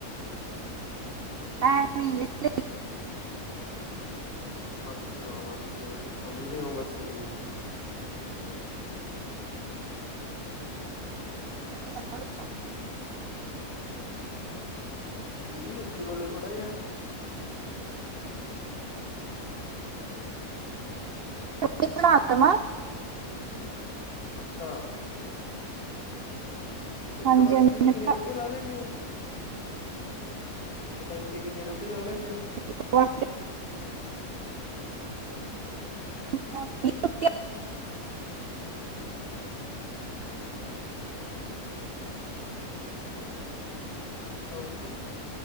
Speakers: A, on the right (about 75°); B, on the left (about 85°).
A: ਐਵੇ ਹੀ ਵੇਲੇ
B: ਹਾਂਜੀ ਹਾਂ ਬਸ ਜਿਵੇਂ ਤੁਸੀਂ ਸਮਝਦੇ ਹੋ ਬਸ ਉਓਵੇ ਇ
A: <unintelligible>
B: ਕੀ ਜੀ ਉੱਚੀ ਬੋਲੋ ਥੋੜਾ ਜਿਹਾ <inaudible>
A: <unintelligible>
B: ਅੱਛਾ ਇੱਕ
A: ਹਾਂਜੀ
B: ਵਾਰ
A: ਹਾਂਜੀ
B: ਚ ਤੁਸੀਂ ਕਿੰਨੀਆਂ ਰੋਟੀਆਂ ਲਾ ਲੈਦੇ ਹੋ ਇੱਕ ਟਾਈਮ ਦੀਆਂ ਕਿੰਨੀਆਂ ਰੋਟੀ ਲਾ ਲੈਂਦੇ ਹੋ
A: <unintelligible> <unintelligible>
B: ਅੱਛਾ ਓਕੇ ਜੀ